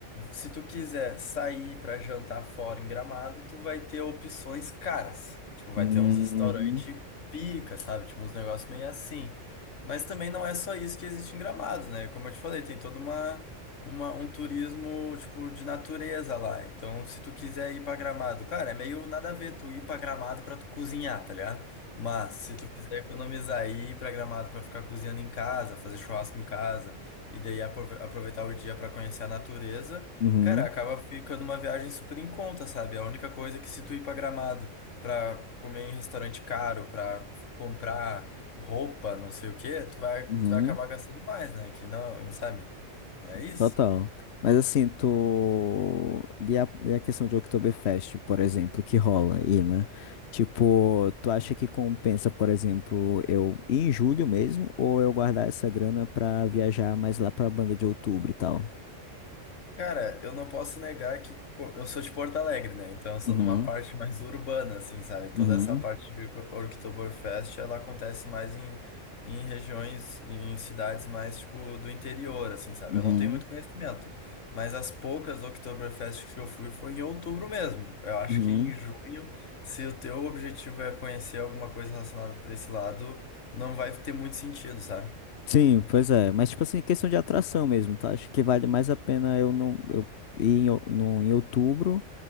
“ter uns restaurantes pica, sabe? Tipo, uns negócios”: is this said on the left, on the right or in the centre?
Left